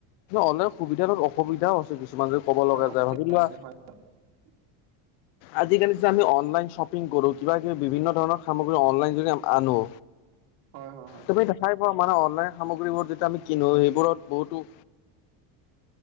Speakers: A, on the left; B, on the right.
A: অনলাইন সুবিধাত তাত অসুবিধাও আছে। কিছুমান যে ক'ব
B: হয়
A: লগা
B: অসুবিধা
A: যায় ভাবিলোৱা।
B: <unintelligible>
A: আজিকালি যে আমি অনলাইন শ্বপিং কৰোঁ, কিবা কিবি বিভিন্ন ধৰণৰ সামগ্ৰী অনলাইন যোগেদি আমি আনোঁ।
B: হয় হয়।
A: তুমি চা-চাই পোৱা মানত। অনলাইন সামগ্ৰীবোৰ যেতিয়া আমি কিনো সেইবোৰত বহুতো